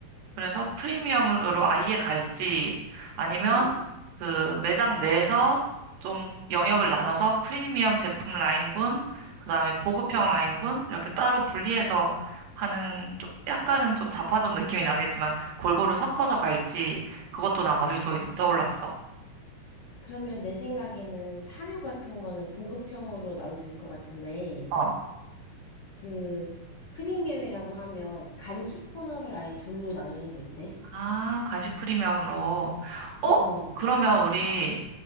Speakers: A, on the right (about 70°); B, on the left (about 50°).
A: 그래서 프리미엄으로 아예 갈지, 아니면
B: 응.
A: 그 매장 내에서 좀 영역을 나눠서 프리미엄 제품 라인군, 그 다음에 보급형 라인군, 이렇게 따로 분리해서 하는 좀 약간은 좀 자파점 느낌이 나겠지만 골고루 섞어서 갈지, 그것도 나 머릿속에
B: 아,
A: 지금 떠올랐어.
B: 그러면 내 생각에는 사료 같은 거는 보급형으로 놔도 될 것 같은데,
A: 어.
B: 그, 프리미엄이라고 하면 간식 코너를 아예 둘로 나누는 게 어때?
A: 아, 간식 프리미엄으로. 어?
B: 어어.
A: 그러면 우리